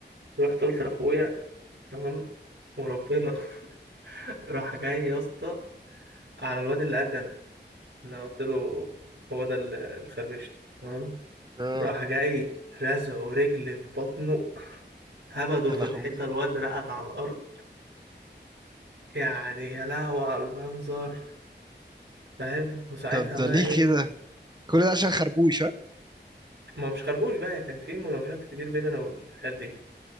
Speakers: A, on the right; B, on the right.
A: رحت قلت لاخويا تمام وربنا <laughs> راح جاي يا اسطى على الواد اللي قد انا انا قلت له هو ده ال- الخربشة تمام
B: اه
A: راح جاي رزعه رجل في بطنه هبده
B: يا
A: في
B: لهوي
A: الحيطة الواد رقد على الأرض يعني يا لهوي على المنظر فاهم وساعتها
B: طب ده
A: بقى
B: ليه
A: ايه
B: كده كل ده عشان خربوش ها
A: ما مش خربوش بقى كان في مناوشات كتير بين انا والحال دي